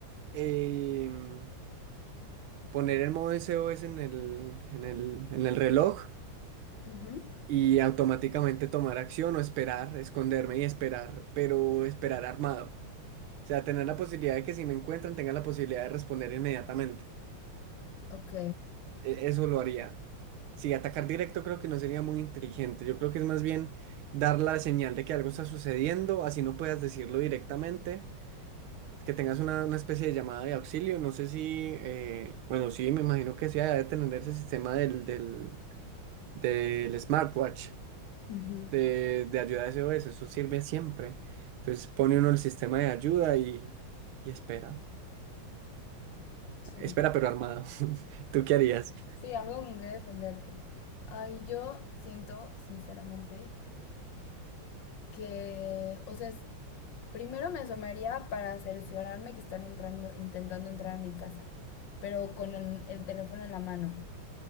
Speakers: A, on the right; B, on the left.
A: em, poner el modo SOS en el, en el, en el reloj
B: Ujú,
A: y automáticamente tomar acción o esperar, esconderme y esperar, pero esperar armado. O sea, tener la posibilidad de que si me encuentran tenga la posibilidad de responder inmediatamente.
B: Ok,
A: E- Eso lo haría. Sí, atacar directo creo que no sería muy inteligente. Yo creo que es más bien dar la señal de que algo está sucediendo, así no puedas decirlo directamente, que tengas una, una especie de llamada de auxilio. No sé si, eh, bueno, sí, me imagino que sí, debe tener ese sistema del, del, del smartwatch
B: ujú.
A: de, de ayuda S O S. eso sirve siempre. Entonces pone uno el sistema de ayuda y, y espera.
B: sí.
A: Espera, pero armado. <laughs> ¿Tú qué harías?
B: Sí, algo con que defenderte. Ay, yo siento, sinceramente, que, o sea, es- primero me asomaría para cerciorarme que están entrando, intentando entrar a mi casa, pero con el, el teléfono en la mano.